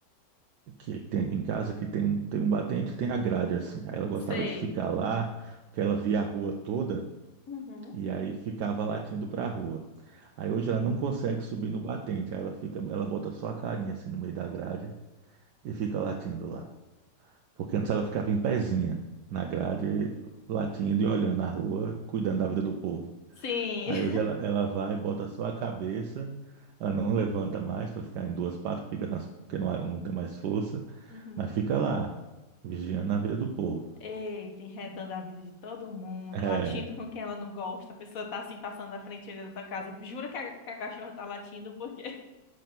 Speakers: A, on the right (about 80°); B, on the left (about 55°).
A: que tem aqui em casa, que tem um, tem um batente, tem a grade assim. Aí ela gostava
B: Sei.
A: de ficar lá, porque ela via a rua toda
B: Uhum.
A: e aí ficava latindo para a rua. Aí hoje ela não consegue subir no batente, aí ela fica, ela bota só a carinha assim no meio da grade e fica latindo lá. Porque antes ela ficava em pezinha na grade, latindo e olhando a rua, cuidando da vida do povo.
B: Sim.
A: Aí
B: <laughs>
A: hoje ela, ela vai, bota só a cabeça, ela não levanta mais para ficar em duas patas, fica nas, porque não, não tem mais força.
B: Uhum.
A: Mas fica lá, vigiando a vida do povo.
B: Eita, enredando a vida de todo mundo,
A: É,
B: latindo com quem ela não gosta. A pessoa tá assim passando na frente da tua casa. Jura que a, que a cachorra tá latindo porque